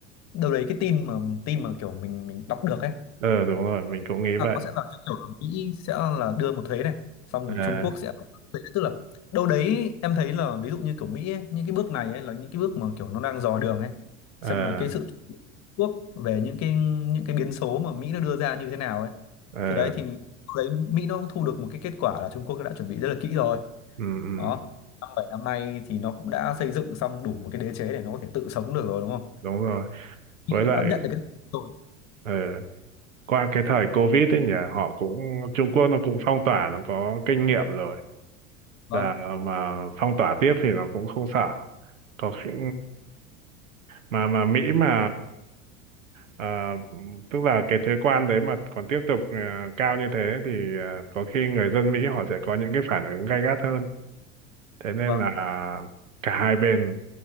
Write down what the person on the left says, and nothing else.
đâu đấy cái tin mà tin mà kiểu mình mình đọc được ấy
là
có sẽ là cái kiểu là Mỹ sẽ là đưa một thuế này xong
rồi Trung Quốc sẽ là một thuế tức là đâu đấy em thấy là ví dụ như kiểu Mỹ ấy, những cái bước này ấy là những cái bước mà kiểu nó đang dò đường ấy
xem là cái sự Trung Quốc về những cái những cái biến số mà Mỹ nó đưa ra như thế nào ấy
thì đấy thì đâu đấy Mỹ nó cũng thu được một cái kết quả là Trung Quốc đã chuẩn bị rất là kỹ rồi
đó năm bảy năm nay thì nó cũng đã xây dựng xong đủ một cái đế chế để nó có thể tự sống được rồi đúng không
nghĩ
nó
đã nhận được cái rồi
vâng
vâng
vâng